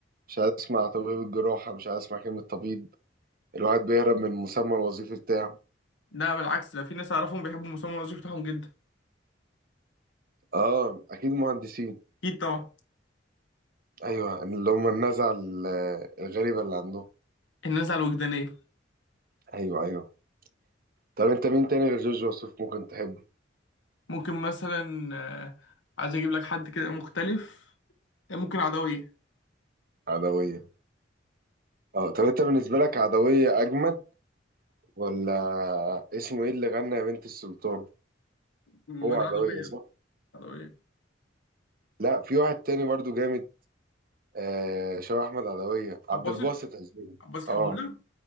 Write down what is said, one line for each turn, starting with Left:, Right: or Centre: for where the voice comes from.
Right: مش عايز اسمع طبيب الجراحة مش عايز اسمع كلمة طبيب الواحد بيهرب من المسمى الوظيفي بتاعه
Left: لا بالعكس ده في ناس اعرفهم بيحبوا المسمى الوظيفي بتاعهم جدا
Right: اه اكيد مهندسين
Left: اكيد طبعا
Right: ايوه اللي هم النزعة ال- الغريبة اللي عندهم
Left: الناس على الوجدانيه
Right: ايوه ايوه طب انت مين تاني غير جورج وسوف ممكن تحبه
Left: ممكن مثلا آه، عايز اجيب لك حد كده مختلف ممكن عدويه
Right: عدوية اه طب انت بالنسبة لك عدوية اجمد ولا اسمه ايه اللي غنى يا بنت السلطان
Left: ما
Right: هو
Left: ده
Right: عدوية
Left: عدويه
Right: صح
Left: عدويه
Right: لا في واحد تاني برضو جامد آه شبه احمد عدوية عبد
Left: عباسط
Right: الباسط عزوزي
Left: عباسط
Right: اه
Left: حموده